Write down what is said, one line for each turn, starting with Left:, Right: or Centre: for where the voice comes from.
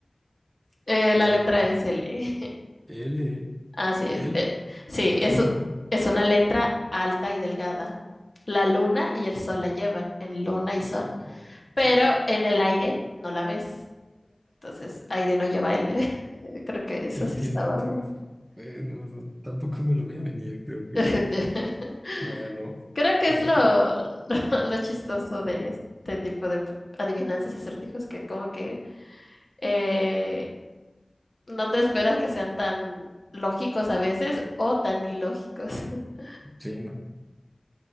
Left: Eh,
Right: y
Left: la letra es L.
Right: L,
Left: Así es.
Right: L,
Left: Eh, sí,
Right: así
Left: es,
Right: nada más.
Left: es una letra alta y delgada. La luna y el sol la llevan en luna y sol,
Right: Oh,
Left: pero
Right: y-
Left: en el aire no la ves. Entonces, aire no lleva L. <laughs> Eh, Creo que eso
Right: entiendo,
Left: sí estaba.
Right: entiendo.
Left: mu-
Right: Eh, no, no, tampoco me lo voy a venir, creo que
Left: <laughs>
Right: me agarró
Left: Creo que
Right: de
Left: es
Right: bajada.
Left: lo, <laughs> lo, lo chistoso de este tipo de adivinanzas y acertijos que como que eh, no te esperas que sean tan lógicos a veces o tan ilógicos. <laughs>
Right: Sí, no,